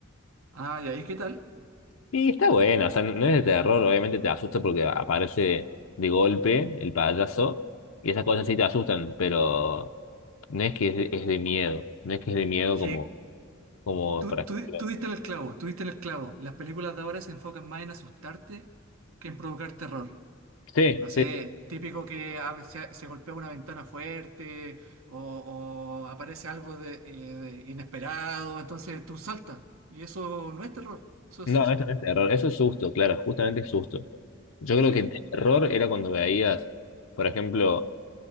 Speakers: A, on the right; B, on the left.
A: Ah, ya. ¿Y qué tal?
B: Y está bueno, o sea, no no es de terror, obviamente te asusta porque aparece de golpe el payaso y esas cosas sí te asustan, pero no es que es de, es de miedo, no es que es de miedo
A: Es que
B: como, como
A: tú,
B: por ejemplo.
A: tú, tú diste en el clavo, tú diste en el clavo. Las películas de ahora se enfocan más en asustarte que en provocar terror.
B: Sí,
A: No
B: sí,
A: sé, típico que a veces se, se golpea una ventana fuerte o, o aparece algo de, eh, de inesperado, entonces tú saltas. Y eso no es terror, eso es
B: no,
A: susto.
B: eso no es terror, eso es susto, claro, justamente es susto. Yo
A: Sí,
B: creo que terror era cuando veías, por ejemplo,